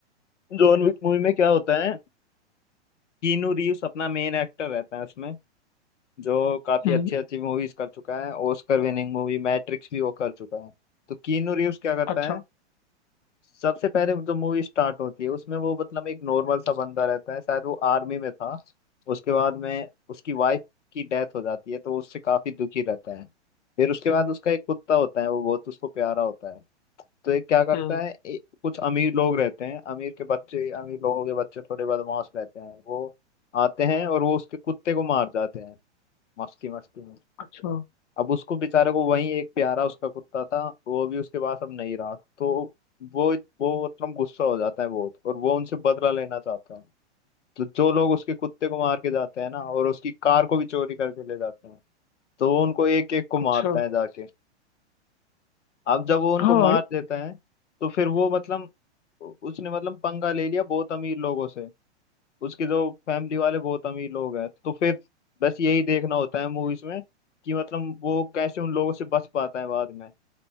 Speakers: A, on the left; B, on the left.
A: जॉन विक मूवी में क्या होता है कीनू रीव्स अपना मेन एक्टर रहता है उसमें जो काफी
B: हम्म
A: अच्छी अच्छी मूवीज कर चुका है ऑस्कर विनिंग मूवी मैट्रिक्स भी वो कर चुका है तो कीनू रीव्स क्या करता
B: अच्छा
A: है सबसे पहले जो मूवी स्टार्ट होती है उसमें वो मतलब एक नॉर्मल सा बंदा रहता है शायद वो आर्मी में था उसके बाद में उसकी वाइफ की डेथ हो जाती है तो उससे काफी दुखी रहता है फिर उसके बाद उसका एक कुत्ता होता है वो बहुत उसको प्यारा होता है तो ये क्या करता
B: हम्म
A: है ए- कुछ अमीर लोग रहते हैं अमीर के बच्चे अमीर लोगों के बच्चे थोड़े बदमाश रहते हैं वो आते हैं और वो उसके कुत्ते को मार जाते हैं मस्ती मस्ती में
B: अच्छा
A: अब उसको बेचारे को वही एक प्यारा उसका कुत्ता था वो भी उसके पास अब नहीं रहा तो वो वो मतलब गुस्सा हो जाता है बहुत और वो उनसे बदला लेना चाहता है तो जो लोग उसके कुत्ते को मार के जाते हैं ना और उसकी कार को भी चोरी करके ले जाते हैं तो वो उनको एक एक को मारता
B: अच्छा
A: है जाके अब जब वो उनको
B: हाँ
A: मार देता है तो फिर वो मतलब उसने मतलब पंगा ले लिया बहुत अमीर लोगों से उसके जो फैमिली वाले बहुत अमीर लोग हैं तो फिर बस यही देखना होता है मूवीज में कि मतलब वो कैसे उन लोगों से बच पाता है बाद में